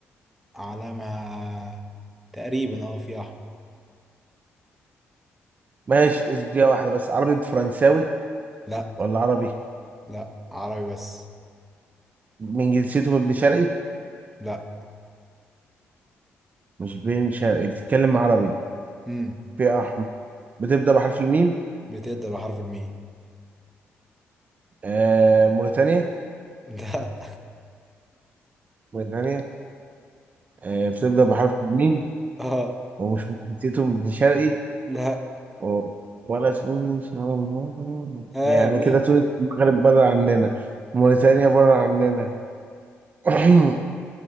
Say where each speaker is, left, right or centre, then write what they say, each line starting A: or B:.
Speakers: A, in the centre; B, on the right.
A: علمها تقريبا اه في احمر
B: ماشي إس- دي واحدة بس عربي بفرنساوي
A: لا
B: ولا عربي
A: لا عربي بس
B: من جنسيته من ابن شرقي
A: لا
B: مش بين شرقي بتتكلم عربي
A: امم
B: فئة أحمر بتبدأ بحرف الميم
A: بتبدأ بحرف الميم
B: آه موريتانيا
A: لا
B: موريتانيا آه بتبدأ بحرف الميم
A: <laughs> اه
B: ومش من جنسيته من ابن شرقي
A: لا
B: و- ولا تونس <laughs>
A: ها
B: يعني
A: مين
B: كده تونس المغرب بره عننا موريتانيا بره عننا <laughs>